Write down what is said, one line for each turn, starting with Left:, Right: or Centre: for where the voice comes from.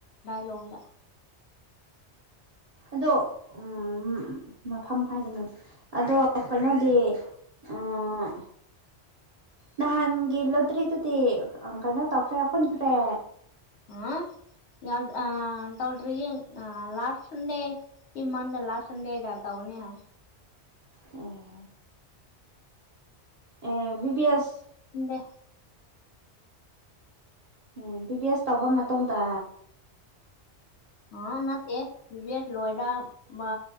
Left: ꯂꯣꯒ <unintelligible>
Right: ꯑꯗꯣ ꯎ ꯃꯐꯝ ꯀꯒꯅꯨ ꯑꯗꯣ ꯀꯩꯅꯣꯗꯤ ꯑ ꯅꯍꯥꯟꯒꯤ ꯂꯣꯇ꯭ꯔꯤꯗꯨꯗꯤ ꯀꯩꯅꯣ ꯇꯧꯈ꯭ꯔꯦ ꯍꯨꯟꯈ꯭ꯔꯦ
Left: ꯑ ꯌꯥꯎꯗ ꯑ ꯇꯧ꯭ꯔꯤ ꯂꯥꯁ ꯁꯟꯗꯦ ꯀ ꯃꯟꯗ ꯂ ꯁꯟꯗꯦꯍꯗꯇꯥ ꯑꯣꯅꯦ ꯍꯥꯏ
Right: ꯑ ꯑꯦ ꯕꯤ ꯕꯤ ꯑꯦꯁ
Left: ꯅ
Right: ꯎꯝ ꯕꯤ ꯕꯤ ꯑꯦꯁ ꯇꯧꯕ ꯃꯇꯨꯡꯗ
Left: ꯑ ꯅꯠꯇꯦ ꯕꯤ ꯑꯦꯠ ꯂꯣꯏꯔ ꯕ